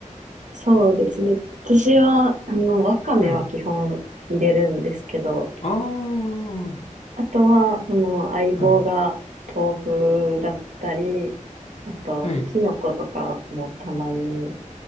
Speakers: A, on the right; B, on the left.
A: そうですね。私は、あの、わかめは基本入れるんですけど、
B: はい。ああ、は
A: あとは、その相棒が豆腐だったり、
B: い。
A: あと、
B: はい。
A: キノコとかもたまに